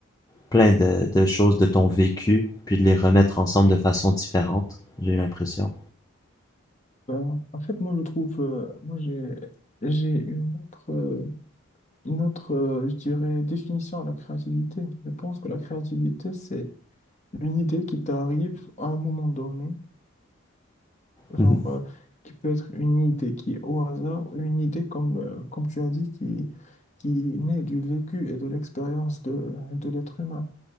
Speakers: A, on the left (about 15°); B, on the left (about 30°).
A: plein de, de choses de ton vécu, puis de les remettre ensemble de façon différente, j'ai l'impression.
B: Ben, en fait, moi, je trouve, euh, moi, j'ai, j'ai une autre, euh, une autre, euh, je dirais, définition à la créativité. Je pense que la créativité, c'est une idée qui t'arrive à un moment donné, genre,
A: Mhm.
B: euh, qui peut être une idée qui est au hasard, ou une idée, comme, euh, comme tu as dit, qui, qui naît du vécu et de l'expérience de, de l'être humain.